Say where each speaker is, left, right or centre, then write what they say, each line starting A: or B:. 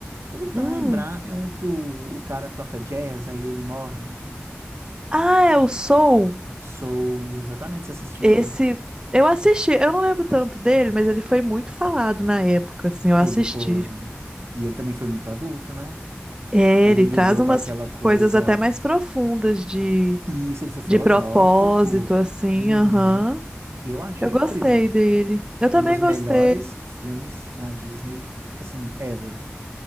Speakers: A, on the right; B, on the right.
A: tô tentando
B: Hum.
A: lembrar, é um que o, o cara toca jazz, aí ele morre.
B: Ah, é o Soul.
A: Soul, exatamente, você assistiu?
B: Esse eu assisti, eu não lembro tanto dele, mas ele foi muito falado na época, assim, eu assisti.
A: Ele foi. E ele também foi muito adulto, né?
B: É,
A: Ele
B: ele
A: lidou
B: traz umas
A: com aquela coisa.
B: coisas até mais profundas de,
A: e Isso, ele foi filosófico.
B: de propósito, assim,
A: Uhum.
B: aham.
A: Eu achei
B: Eu gostei
A: incrível.
B: dele. Eu também
A: Um dos
B: gostei.
A: melhores filmes da Disney, assim, ever.